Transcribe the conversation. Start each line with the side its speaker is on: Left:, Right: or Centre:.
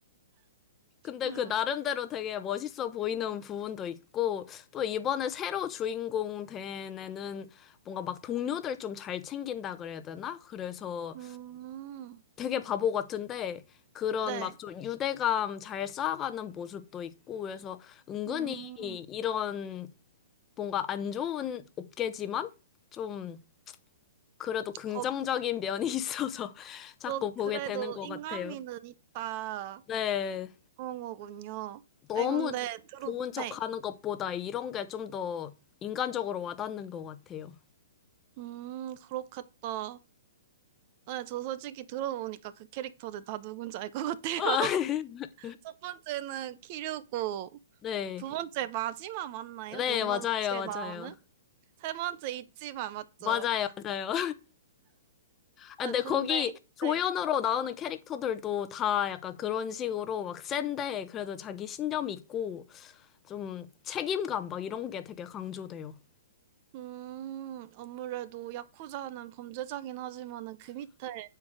Left: 근데
Right: 음,
Left: 그 나름대로 되게 멋있어 보이는 부분도 있고 또 이번에 새로 주인공 된 애는 뭔가 막 동료들 좀 잘 챙긴다 그래야 되나? 그래서
Right: 음,
Left: 되게 바보 같은데 그런
Right: 네.
Left: 막 좀 유대감 잘 쌓아가는 모습도 있고 그래서 은근히
Right: 음,
Left: 이런 뭔가 안 좋은 업계지만 좀 그래도 긍정적인
Right: 겁,
Left: 면이 <laughs> 있어서 자꾸
Right: 어,
Left: 보게
Right: 그래도
Left: 되는 것
Right: 인간미는
Left: 같아요.
Right: 있다.
Left: 네.
Right: 그런 거군요.
Left: 너무
Right: 아니, 근데, 들어,
Left: 좋은 척
Right: 네.
Left: 하는 것보다 이런 게 좀 더 인간적으로 와닿는 것 같아요.
Right: 음, 그렇겠다. 네, 저 솔직히 들어보니까 그 캐릭터들 다 누군지 알 것 같아요.
Left: <laughs>
Right: <laughs> 첫 번째는 키류고,
Left: 네.
Right: 두 번째 마지막 맞나요?
Left: 네,
Right: 용과
Left: 맞아요,
Right: 같이 나오는?
Left: 맞아요.
Right: 세 번째 있지만 맞죠?
Left: 맞아요, 맞아요. 아,
Right: 네,
Left: 근데
Right: 근데,
Left: 거기 조연으로
Right: 네.
Left: 나오는 캐릭터들도 다 약간 그런 식으로 막 센데 그래도 자기 신념이 있고 좀 책임감 막 이런 게 되게 강조돼요.
Right: 음, 아무래도 야쿠자는 범죄자긴 하지만은 그 밑에